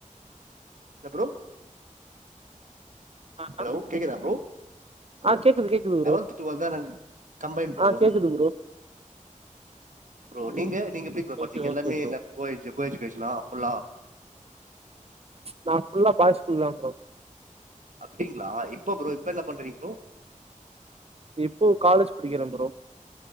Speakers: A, on the right; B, on the right.
A: ன்ன ப்ரோ
B: ஆ
A: ஹலோ கேக்குதா ப்ரோ
B: ஆ கேக்குது கேக்குது ப்ரோ
A: லவல்த் டுவெல் தா நா கம்பைன் ப்ரோ
B: ஆ கேக்குது ப்ரோ
A: ப்ரோ நீங்க நீங்க எப்டி ப்ரோ பச்சிங்க
B: ஓகே
A: எல்லாமே
B: ஓகே ப்ரோ
A: என்ன கோ எட்ஜ் கோ எஜுகேஷனா ஃபுல்லா
B: நா ஃபுல்லா பாயஸ் ஸ்கூல் தா ப்ரோ
A: அப்டிங்ளா இப்ப ப்ரோ இப்ப என்ன பண்றீங்க ப்ரோ
B: இப்போ காலேஜ் படிக்கிறே ப்ரோ